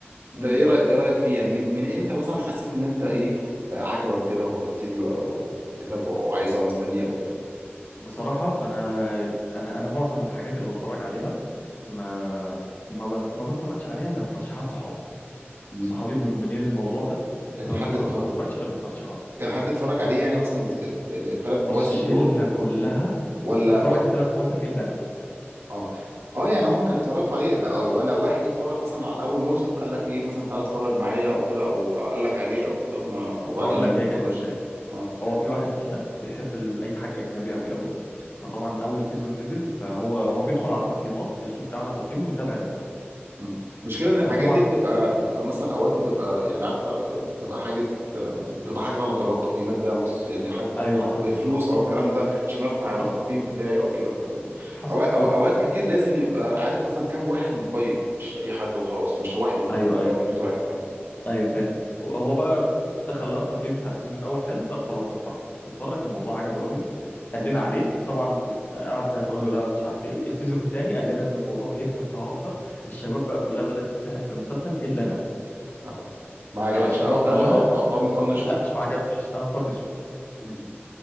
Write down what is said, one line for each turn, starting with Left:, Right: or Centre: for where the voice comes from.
Right: ده
Left: امم
Right: ايه رايك ايه رايك فيه يعني من من امتى مثلا حسيت ان انت ايه آه، عجبك كده وهتبتدي بقى وتتابعه او عايزه او مستنيه او كده
Left: بصراحه انا انا انا معظم الحاجات اللي بتفرج عليها ما ما بت... ما بتفرجش عليها الا بترشيحات صحابي
Right: مم.
Left: صحابي مدمنين الموضوع ده
Right: كان
Left: فما
Right: في حد
Left: اتفرج-
Right: اتف-
Left: ما بتفرجش غير بالترشيحات
Right: كان حد اتفرج عليه يعني مثلا الثلاث مواسم
Left: الشله
Right: دول
Left: كلها
Right: ولا
Left: بتتفرج
Right: و...
Left: الثلاث مواسم الا انا
Right: اه اه يعني هم كانوا اتفرجوا عليه لا، ولا واحد اتفرج مثلا على اول موسم فقال لك ايه مثلا تعالى اتفرج معايا او كده او أو قال لك عليه او كده ما... وبعدين
Left: هقول لك هي جت
Right: طنشته
Left: ازاي
Right: اه
Left: هو في واحد فينا بيحب ال- اي حاجه اجنبي قوي قوي فطبعا اول سيزون نزل فهو هو بيدخل على التقييمات يشوف اعلى تقييم ويتابع المسلسل
Right: مم. المشكله ان الحاجات
Left: فطبعا
Right: دي بتبقى بتبقى مثلا اوقات بتبقى يعني عارفه بتبقى حاجه بتبقى حاجه غلط اللي هو التقييمات ده بص يعني حد
Left: ايوه
Right: حد
Left: حصل
Right: بفلوس
Left: حصل
Right: او الكلام ده عشان ارفع التقييم
Left: حصل
Right: بتاعي او كده ف- أو-
Left: حصل
Right: أو-
Left: حصل
Right: اوقات كتير لازم يبقى عارف مثلا كام واحد مقيم مش اي حد وخلاص مش واحد اتنين
Left: ايوه
Right: تلاته
Left: ايوه
Right: ولا 100 واحد اه
Left: ايوه فاهم هو هو بقى دخل لقى التقييم بتاع السيزون الاول حلو قال خلاص هتفرج اتفرج الموضوع عجبه قوي قال لنا عليه طبعا قعدنا نقول له لا مش عارف ايه السيزون الثاني قال لنا ان الموضوع بيجمد بقى اكتر الشباب بقى كلها بدات تتسحل في المسلسل الا انا
Right: آه. ما عجبكش
Left: يعني الشباب
Right: او
Left: كلها
Right: او او او, أو مطنشه
Left: لا مش ما عجبنيش انا مطنش
Right: مم.